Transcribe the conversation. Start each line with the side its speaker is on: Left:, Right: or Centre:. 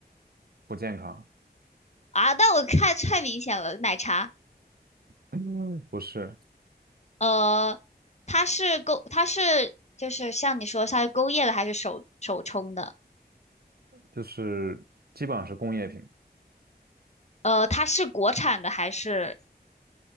Right: 不健康，
Left: 啊，那我看太明显了，奶茶。
Right: 嗯不是，
Left: 呃，它是勾，它是就是像你说，它是勾业的还是手手冲的？
Right: 就是基本上是工业品，
Left: 呃，它是国产的还是